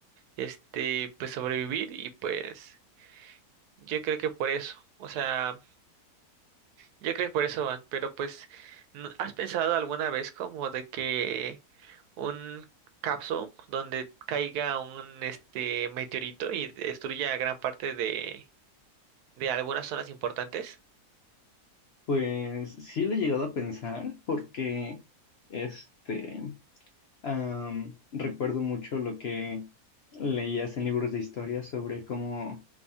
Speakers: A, on the right; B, on the left.
A: este, pues sobrevivir y pues yo creo que por eso, o sea... Yo creo que por eso van, pero pues, ¿no- ¿has pensado alguna vez como de que un capsule donde caiga un este meteorito y destruya gran parte de, de algunas zonas importantes?
B: Pues sí lo he llegado a pensar porque este am, recuerdo mucho lo que leías en libros de historia sobre cómo